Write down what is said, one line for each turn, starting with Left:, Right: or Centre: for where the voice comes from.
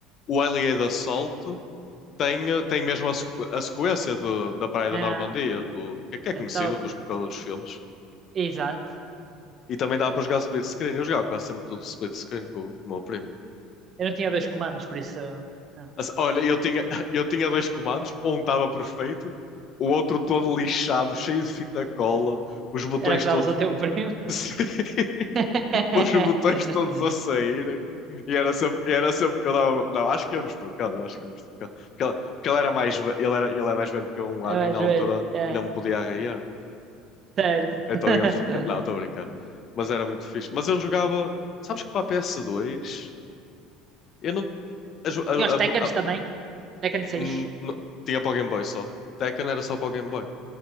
Left: O Alien Assault tem, tem mesmo a, sequ- a sequência do- da Praia
Right: É,
Left: da Normandia, do, que é que é conhecida
Right: é top.
Left: dos por causa dos filmes.
Right: Exato.
Left: E também dá para jogar split screen. Eu jogava quase sempre tudo split screen com, com o meu primo.
Right: Eu não tinha dois comandos, por isso. não.
Left: Assim, olha, eu tinha, <laughs> eu tinha dois comandos, um estava perfeito, o outro todo lixado, cheio de fita cola, os botões
Right: Era o que
Left: todos.
Right: dava ao teu primo.
Left: <laughs>
Right: <laughs>
Left: Os botões todos a saírem. E era sempre, e era sempre que eu dava. Não, acho que íamos trocando, acho que íamos trocando. Porque ele, porque ele era mais, ve- ele era, ele é mais velho que eu um
Right: É
Left: ano
Right: mais
Left: e na
Right: velho.
Left: altura
Right: É,
Left: ainda me podia arraiar.
Right: certo.
Left: Então
Right: <laughs>
Left: íamos ficar. Não, estou a brincar. Mas era muito fixe. Mas eu jogava. Sabes que para a PS2 eu não. a jo- a-
Right: Tinha os Tekkens
Left: a- a-
Right: também. Tekken seis,
Left: hum, não- tinha para o Game Boy só. Tekken era só para o Game Boy.